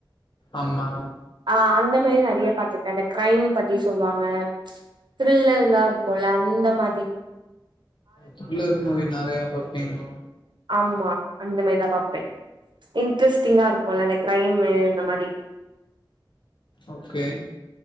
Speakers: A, on the left; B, on the right.
A: ஆம்மா
B: ஆ அந்த மாரி நறைய பாத்துக்கேன் அந்த க்ரைம் பத்தி சொல்லுவாங்க த்ரில்லர்லா இருக்குல அந்த மாரி
A: த்ரில்லர் மூவி நறைய பாப்பீங்கலா
B: ஆமா அந்த மாரிதான் பாப்பேன் ம் இன்ட்ரெஸ்டிங்கா இருக்கும்ல அந்த க்ரைம்மு இந்த மாரி
A: ஓகே